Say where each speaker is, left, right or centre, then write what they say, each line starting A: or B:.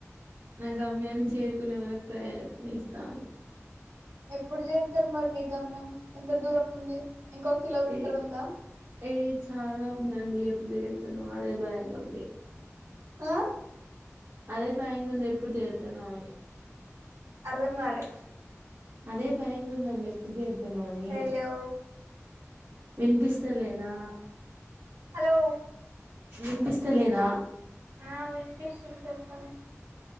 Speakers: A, on the right; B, on the right.
A: నా గమ్యాన్ని చేరుకునే వరకు ప్రయత్నిస్తాను
B: ఎప్పుడు చేరుతారు మరి మీ గమ్యం ఎంత దూరం ఉంది ఇంకొ కిలోమీటర్
A: ఏ
B: ఉందా
A: ఏ చాలా ఉందండి ఎప్పుడు తీరుతనో అదే భయంగుంది
B: ఆ
A: అదే భైంగా ఉంది ఎప్పుడు చేరుతున్నా అని
B: అర్థం కాలే
A: అదే భయంగా ఉందండి ఎప్పుడు చేరుతనొ అని
B: హలో
A: వినిపిస్తా లేదా
B: హలో
A: వినిపిస్త లేదా
B: ఆ వినిపిస్తుంది చెప్పండి